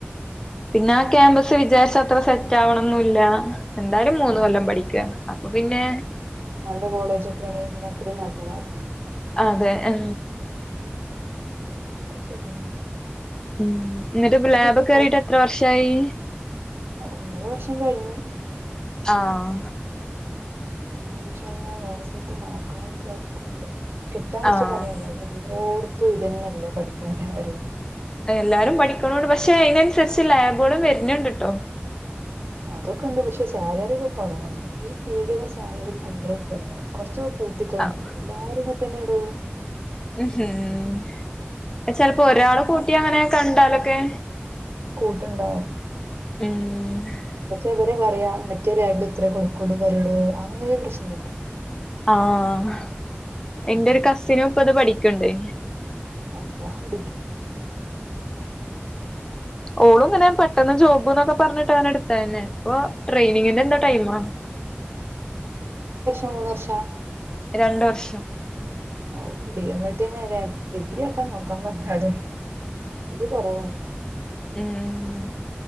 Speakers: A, on the left; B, on the right.
A: പിന്നെ ആ ക്യാമ്പസ് വിചാരിച്ചഅത്ര സെറ്റ് ആവണംന്നല്ല എന്തായാലും മൂന്ന്
B: ആഹ്
A: കൊല്ലം പഠിക്കുക അപ്പൊ പിന്നെ
B: നല്ല കോളേജ് ഒക്കെയ ആണെങ്ക പിന്നെ അത്രയും നല്ലതാണ്
A: അതെ ഉ
B: അത് ശരിയാണ്
A: ഉം എന്നിട്ട്
B: ഇത്
A: ലാബ്
B: കിട്ടിപ്പോ
A: കറിയിട്ട് എത്ര വർഷായി
B: ഒന്നര വർഷം കഴിഞ്ഞ്
A: ആഹ
B: ഇഞ്ഞ് പ്പോ ഇൻശാ അള്ളാവേറെ സ്ഥലത്ത്നോക്കാന് വിചാരിക്ണ്ട് കിട്ടാൻ കുറച്ച്
A: ആഹ്
B: പണിയാള്ളൂ എല്ലോടത്തും ഇതന്നെയല്ലേ പഠിക്കണല്ലേ വരു
A: എല്ലാരും പഠിക്കണോണ്ട് പക്ഷെ അതിനനുസരിച്ച് ലാബുകളും വരുന്നണ്ട് കേട്ടോ
B: അതൊക്കെ ഉണ്ട് പക്ഷെ സാലറി ഒക്കെ കുറവാണ് ഈ ഫീൽഡിന് സാലറി പണ്ടെ കൊറച്ച കൂട്ടിത്തൊന്നട
A: ആഹ്
B: എല്ലാരും ഇങ്ങ തന്നെ ആഡോ
A: ഉം ഹം ഉ ചിലപ്പോ ഒരാള് കൂട്ടി അങ്ങനെ കണ്ടാലൊക്കെ
B: കൂട്ടുണ്ടാവും
A: ഉം
B: പക്ഷെ അവരു പറയാ മറ്റേ ലബില ഇത്രയേ കൊടുക്കുള്ളൂ പറയടോ അങ്ങനെ പ്രശ്നുണ്ട്
A: ആഹ എന്റെ
B: അതാണ്
A: ഒരു കസിനും ഇപ്പ അത് പഠിക്കണ്ടേ
B: അല്ലാഹ്
A: ഓളും ഇങ്ങനെ പെട്ടെന്ന് ജോബ് എന്നൊക്കെ പറഞ്ഞിട്ട് ആണ് എടുത്തായിന്നെ അപ്പൊ ട്രെയിനിങ്ങിന്റെ എന്താ ടൈമ
B: ഇ മൂന്ന് വർഷം
A: രണ്ട് വർഷം
B: ഓ ഡി എം എൽ ടില്ല ഡിഗ്രി ഒക്കെ നോക്കാൻ പറഞ്ഞ അതെ കുറവാ
A: ഉം